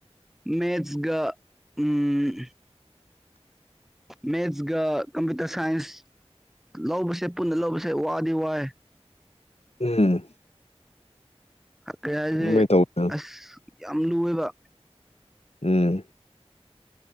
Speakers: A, in the centre; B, on the left (about 70°).
A: ꯃꯦꯊꯁꯒ ꯎꯝ ꯃꯦꯊꯁꯒ ꯀꯝꯄ꯭ꯌꯨꯇꯔ ꯁꯥꯏꯟꯁ ꯂꯧꯕꯁꯦ ꯄꯨꯟꯅ ꯂꯧꯕꯁꯦ ꯋꯥꯗꯤ ꯋꯥꯏ
B: ꯎꯝ
A: ꯀꯩ ꯍꯥꯏꯁꯦ
B: ꯑꯗꯨꯃꯥꯏꯅ ꯇꯧꯕꯅ
A: ꯑꯁ ꯌꯥꯝ ꯂꯨꯋꯦꯕ
B: ꯎꯝ